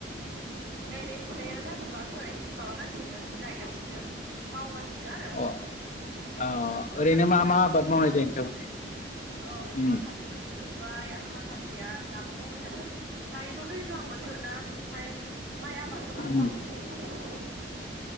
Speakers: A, on the right; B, on the left.
A: गायनाय फुनाया जाजोबाखै माबागासिनो गायगासिनो मावगासि नो आरो
B: अ अ
A: माखासेहा
B: ओरैनो मा मा
A: जोबबाय
B: आबाद मावनाय जायो नोंथांमोनथिं
A: औ
B: उम
A: माखासेहा जोबबाय आरो माखासेया दाबो मावबाय थादों दायोथ' दैज्लां बोथोरना बिनिखाय माइ आबादखौनो बांसिन
B: उम
A: मावबाय